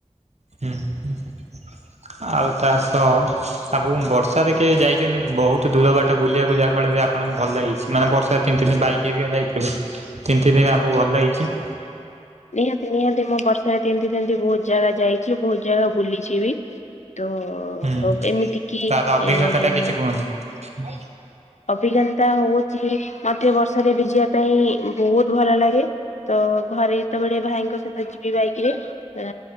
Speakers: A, on the right; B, on the left.
A: ହୁଁ ଆଉ ତା ସହ ଆଗୁକୁ ବର୍ଷାରେ କେବେ ଯାଇଛନ୍ତି ବହୁତ ଦୂର ବାଟ ବୁଲିବାକୁ ଯାହା ଫଳରେ ଆପଣଙ୍କୁ ଭଲ ଲାଗିଛି ମାନେ ବର୍ଷା ତିନି ତି ଦିନ ବାଇକ ହେରିକା ଯାଇଥେ ତିନି ତିନି ଦିନ ଆମକୁ ଭଲ ହେଇଛି।
B: ନିହାତି ନିହାତି ମୋ ବର୍ଷାରେ ତିନ୍ତି ତିନ୍ତି ବହୁତ ଜାଗା ଯାଇଛି ବହୁତ ଜାଗା ବୁଲିଛି ବି। ତ
A: ହୁଁ
B: ଏମିତି କିି
A: ତାର ଅଭିଜ୍ଞତା
B: ଏ
A: ଟା କିଛି କୁହନ୍ତୁ?
B: ଅଭିଜ୍ଞତା ହଉଛି ମତେ ବର୍ଷାରେ ଭିଜିବା ପାଇଁ ବହୁତ ଭଲ ଲାଗେ। ତ ଘରେ ଯେତେବେଳେ ଭାଇଙ୍କ ସହିତ ଯିବି ବାଇକରେ ଏ